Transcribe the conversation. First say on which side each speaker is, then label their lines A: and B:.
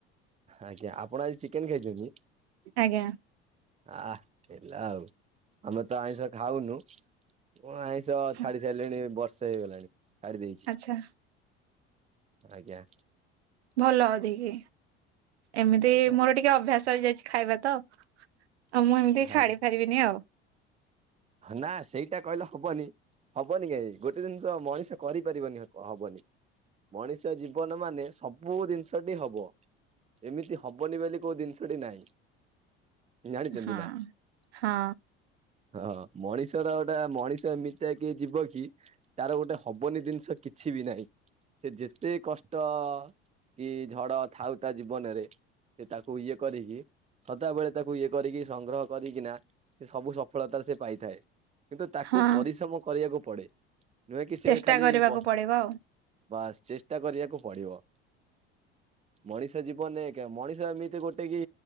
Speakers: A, on the right; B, on the right.
A: ଆଜ୍ଞା ଆପଣ ଆଜି ଚିକେନ ଖାଇଚନ୍ତି!
B: ଆଜ୍ଞା।
A: ଆ ହେଲା ଆଉ ଆମେ ତ ଆଇଁଷ ଖାଉନୁ ହଁ ଆଇଁଷ
B: ଆଛା
A: ଛାଡି ସାରିଲିଣି, ବର୍ଷେ ହେଇଗଲାଣି ଛାଡି ଦେଇଚି।
B: ଆଚ୍ଛା
A: ଆଜ୍ଞା।
B: ଭଲ ଅଧିକି ଏମିତି
A: ଆଜ୍ଞା
B: ମୋର ଟିକେ ଅଭ୍ୟାସ ହେଇଯାଇଛି ଖାଇବା ତ ଆଉ ମୁଁ ଏମିତି
A: ଆଜ୍ଞା
B: ଛାଡି ପାରିବିନି ଆଉ।
A: ନା ସେଇଟା କହିଲେ ହବନି ହବନି କାଇଁ ଗୋଟେ ଜିନିଷ ମଣିଷ କରିପାରିବନି ହବନି ମଣିଷ ଜୀବନ ମାନେ ସବୁ ଜିନିଷଟି ହବ ଏମିତି ହବନି ବୋଲି କୋଉ ଜିନିଷଟି ନାହିଁ ଜାଣିଛନ୍ତି
B: ହଁ
A: ନା!
B: ହଁ
A: ହଁ ମଣିଷର ଗୋଟା ମଣିଷ ଏମିତିଆ କି ଜୀବ କି ତାର ଗୋଟେ ହବନି ଜିନିଷ କିଛି ବି ନାହିଁ ସେ ଯେତେ କଷ୍ଟ କି ଝଡ ଥାଉ ତା ଜୀବନରେ ସେ ତାକୁ ଇଏ କରିକି ସଦାବେଳେ ତାକୁ, ଇଏ କରିକି ସଂଗ୍ରହ କରିକିନା ସେ ସବୁ ସ ସଫଳତାରେ ସେ ପାଇଥାଏ, କିନ୍ତୁ ତାକୁ
B: ହଁ
A: ପରିଶ୍ରମ କରିବାକୁ ପଡେ ନୁହେଁ କି ସେ
B: ଚେଷ୍ଟା
A: ଖାଲି
B: କରିବାକୁ
A: ବ
B: ପଡିବ ଆଉ
A: ବା ଚେଷ୍ଟା କରିବାକୁ ପଡିବ ହ ମଣିଷ ଜୀବନ ମଣିଷ ଏମିତି ଗୋଟେ କି